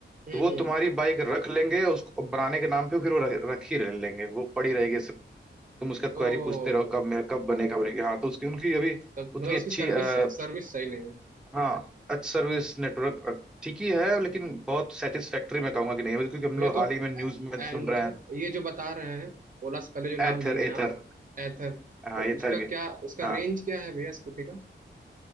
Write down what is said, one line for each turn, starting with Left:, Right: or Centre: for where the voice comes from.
Right: हम्म
Centre: तो वो
Right: हम्म
Centre: तुम्हारी बाइक रख लेंगे उसको बनाने के नाम पे फिर वो रख, रख ही ले- लेंगे वो पड़ी रहेगी ऐसे तुम उसका क्वेरी
Right: तो
Centre: पूछते रहो कब मेरा कब बनेगा बनेगा हाँ तो उसकी उनकी अभी
Right: तब
Centre: उतनी
Right: मतलब उसकी
Centre: अच्छी
Right: सर्विस
Centre: आ,
Right: सर्विस सही नहीं है
Centre: हाँ अच्छी सर्विस नेटवर्क अ, ठीक ही है लेकिन बहुत सेटिस्फैक्टरी मैं कहूंगा कि नहीं है, क्योंकि हम
Right: भैया
Centre: लोग
Right: तो
Centre: हाल ही में न्यूज
Right: ए-
Centre: में
Right: एंथर
Centre: सुन रहे हैं
Right: ये जो बता रहे हैं ओला से पहले जो नाम
Centre: एथर
Right: लिए हैं
Centre: एथर
Right: आप एथर
Centre: हाँ
Right: तो
Centre: एथर
Right: उसका
Centre: के
Right: क्या उसका
Centre: हाँ।
Right: रेंज क्या है भैया स्कूटी का